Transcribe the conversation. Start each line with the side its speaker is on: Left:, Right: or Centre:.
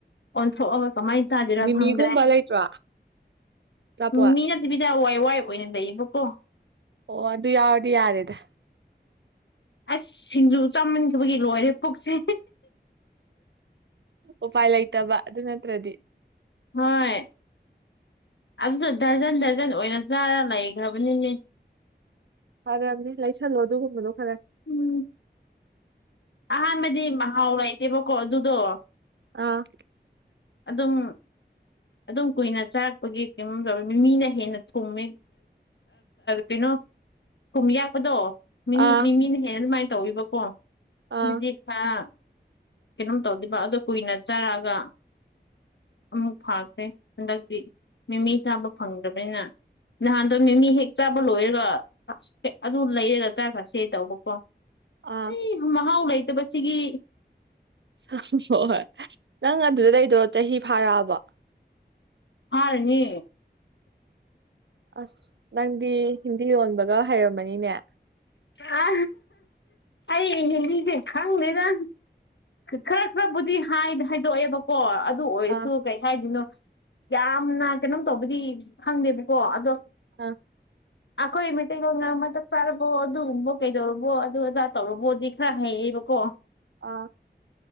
Left: ꯑꯣꯟꯊꯣꯛꯑꯒ ꯀꯃꯥꯏꯅ ꯆꯥꯕꯤꯔ
Right: ꯃꯤꯃꯤꯒꯨꯝꯕ
Left: ꯐꯪꯗ꯭ꯔꯦ
Right: ꯂꯩꯇ꯭ꯔꯣ ꯑꯆꯥꯄꯣꯠ
Left: ꯎ ꯃꯤꯅꯗꯤꯕꯤꯗꯏ ꯊꯋꯥꯏ ꯑꯣꯏꯅ ꯂꯩꯌꯦꯕꯀꯣ
Right: ꯑꯣ ꯑꯗꯨ ꯌꯥꯎꯔꯗꯤ ꯌꯥꯔꯦꯗ
Left: ꯑꯁ ꯁꯤꯡꯖꯨ ꯆꯥꯃꯟꯈꯤꯕꯒꯤ ꯂꯣꯏꯔꯦ ꯄꯨꯛꯁꯦ
Right: ꯎꯄꯥꯏ ꯂꯩꯇꯕ ꯑꯗꯨ ꯅꯠꯇ꯭ꯔꯗꯤ
Left: ꯍꯣꯏ ꯑꯗꯨꯗꯣ ꯗꯔꯖꯟ ꯗꯔꯖꯟ ꯑꯣꯏꯅ ꯆꯥꯔ ꯂꯩꯈ꯭ꯔꯕꯅꯤꯅꯦ
Right: ꯐꯔꯝꯅꯦ ꯂꯩꯁꯜꯂꯣ ꯑꯗꯨꯒꯨꯝꯕꯗꯣ ꯈꯔꯦ
Left: ꯎꯝ ꯑꯍꯥꯟꯕꯗꯤ ꯃꯍꯥꯎ ꯂꯩꯇꯦꯕꯀꯣ ꯑꯗꯨꯗꯣ
Right: ꯑꯥ
Left: ꯑꯗꯨꯝ ꯑꯗꯨꯝ ꯀꯨꯏꯅ ꯆꯥꯔꯛꯄꯒꯤ ꯃꯤ ꯃꯤꯅ ꯍꯦꯟꯅ ꯊꯨꯝꯃꯦ ꯀꯩꯅꯣ ꯀꯨꯝ ꯌꯥꯛꯄꯗꯣ ꯃꯤꯅꯤ
Right: ꯑꯥ
Left: ꯃꯤꯃꯤꯅ ꯍꯦꯟꯅ ꯑꯗꯨꯃꯥꯏꯅ ꯇꯧꯋꯕꯀꯣ
Right: ꯑꯥ
Left: ꯑꯗꯨꯗꯤ ꯈꯔ ꯀꯩꯅꯣꯝ ꯇꯧꯗꯕ ꯑꯗꯨ ꯀꯨꯏꯅ ꯆꯥꯔꯛꯑꯒ ꯑꯃꯨꯛꯥ ꯍ ꯍꯟꯗꯛꯇꯤ ꯃꯤꯃꯤ ꯆꯥꯕ ꯐꯪꯗ꯭ꯔꯕꯅꯤꯅ ꯅꯍꯥꯟꯗꯣ ꯃꯤꯃꯤ ꯍꯦꯛ ꯆꯥꯕ ꯂꯣꯏꯔꯒ ꯑꯗꯨ ꯂꯩꯔꯒ ꯆꯥꯈ꯭ꯔꯁꯦ ꯇꯧꯕꯀꯣ
Right: ꯑꯥ
Left: ꯑꯩ ꯃꯍꯥꯎ ꯂꯩꯇꯕꯁꯤꯒꯤ
Right: ꯍꯣꯏ ꯍꯣꯏ ꯅꯪ ꯑꯗꯨꯗꯗꯩꯗꯣ ꯆꯍꯤ ꯐꯥꯔꯛꯑꯕ
Left: ꯑꯔꯅꯤ
Right: ꯑꯁ ꯅꯪꯗꯤ ꯍꯤꯟꯗꯤ ꯌꯣꯟꯕꯒ ꯍꯩꯔꯝꯃꯅꯤꯅꯦ
Left: ꯑ ꯑꯩ ꯍꯤꯟꯗꯤꯁꯦ ꯈꯪꯗꯦꯗ ꯈꯔ ꯈꯔꯕꯨꯗꯤ ꯍꯥꯏꯗꯣꯛꯑꯦꯕꯀꯣ ꯑꯗꯨ ꯑꯣꯏꯔꯁꯨ
Right: ꯑꯥ
Left: ꯀꯩ ꯍꯥꯏꯗꯣꯏꯅꯣ ꯌꯥꯝꯅ ꯀꯩꯅꯣꯝ ꯇꯧꯕꯗꯤ ꯈꯪꯗꯦꯕꯀꯣ ꯑꯗꯣ
Right: ꯑꯥ
Left: ꯑꯈꯣꯏ ꯏꯃꯤꯇꯤ ꯉ ꯃ ꯆ ꯆꯔꯣ ꯑꯗꯨꯒꯨꯝꯕꯣ ꯀꯩꯗꯧꯔꯕꯣ ꯑꯗꯨ ꯑꯗꯥ ꯇꯧꯔꯕꯣꯗꯤ ꯈꯔ ꯍꯩꯔꯕꯀꯣ
Right: ꯑ